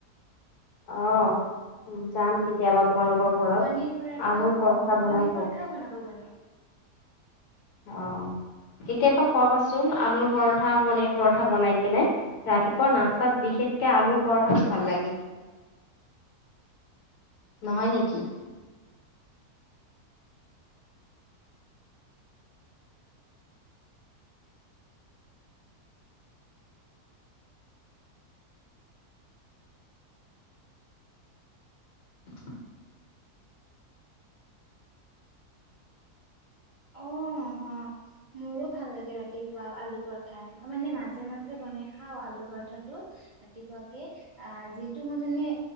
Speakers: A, on the left; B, on the right.
A: অ যাম কেতি কেতিয়াবা তোমালোকৰ ঘৰত
B: পনীৰ পৰঠা
A: আলুৰ
B: অ',
A: পৰঠা
B: মই
A: বনাই
B: পনীৰ
A: খুৱাবা।
B: পৰঠাও বনাব জানো।
A: অহ কেতিয়াবা খুৱাবাচোন আলুৰ পৰঠা পনিৰ পৰঠা বনাই কিনে ৰাতিপুৱা নাস্তাত বিশেষ কে আলুৰ পৰঠাতটো ভাল লাগে।
B: <inaudible>
A: নহয় নেকি? <unintelligible>
B: অহ, মোৰো ভাল লাগে ৰাতিপুৱা আলু পৰঠা, মানে মাজে মাজে ব মানে খাও আলু পৰথাটো ৰাতিপুৱাকে আ যিটো মানে